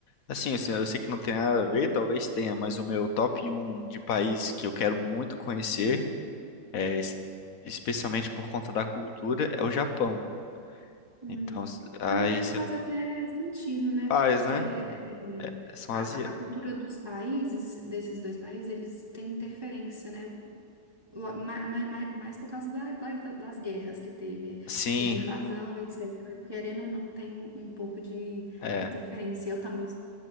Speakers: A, on the left; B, on the right.
A: Assim, eu sei eu sei que não tem nada a ver, talvez tenha, mas o meu top um de país que eu quero muito conhecer, é, es- especialmente por conta da cultura, é o Japão.
B: Hum.
A: Então, s- aí
B: Na verdade,
A: você
B: faz até sentido, né?
A: faz,
B: Porque
A: né?
B: é,
A: São
B: a,
A: asiáticos.
B: a cultura dos países, desses dois países, eles têm interferência, né? ma- ma- ma- mais, por causa da- da- das guerras que teve
A: Sim,
B: e de invasão, etc. Querendo ou não, tem um, um pouco de
A: é.
B: interferência. Eu também,